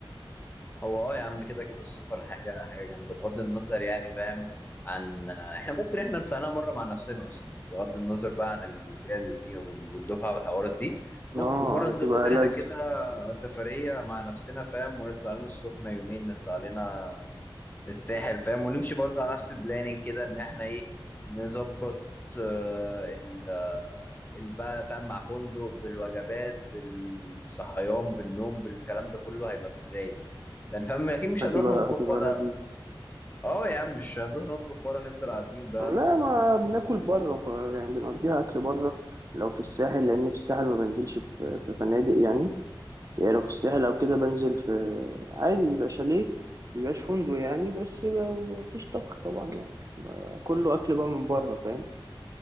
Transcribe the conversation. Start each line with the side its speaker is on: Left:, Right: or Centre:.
Left: هو اه يا عم كده كده السفر حاجة حاجة جامدة بغض النظر يعني فاهم عن آه، احنا ممكن احنا طلعناها مرة مع نفسنا اصلا بغض النظر بقى عن الجراد والتيم وال- والدفعة والحوارات دي
Right: اه
Left: ممكن في مرة نظبط
Right: هتبقى
Left: احنا
Right: لذ
Left: كده سفرية مع نفسنا فاهم ونطلع لنا السخنة يومين نطلع لنا الساحل فاهم ونمشي برضه على نفس البلاننج كده ان احنا ايه نظبط آه، ال آه، ال- بقى فاهم مع فندق بالوجبات بالصحيان بالنوم بالكلام ده كله هيبقى في الرايق يعني لان فاهم اكيد مش
Right: هتبقى
Left: هنروح نطبخ
Right: هتبقى
Left: ولا
Right: لذيذة
Left: اه يا عم مش هنروح نطبخ ولا نفضل قاعدين بقى
Right: لا ما بناكل بره يعني بنوديها اكل بره لو في الساحل لان في الساحل ما بنزلش في في فنادق يعني يعني لو في الساحل او كده بنزل في عادي بيبقى شاليه مبيبقاش فندق يعني بس ب- مفيش طبخ طبعا يعني ب- كله اكل بقى من بره فاهم